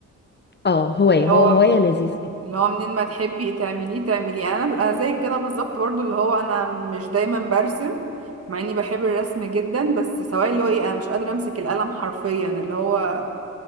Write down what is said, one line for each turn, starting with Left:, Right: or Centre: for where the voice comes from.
Left: اه هواية
Right: اللي
Left: هو
Right: هو
Left: هواية لذيذ كده
Right: اللي هو منين ما تحبي تعمليه تعمليه انا انا زي كده بالظبط برضو اللي هو انا مش دايما برسم مع اني بحب الرسم جدا بس سواء اللي هو ايه انا مش قادره امسك القلم حرفيا اللي هو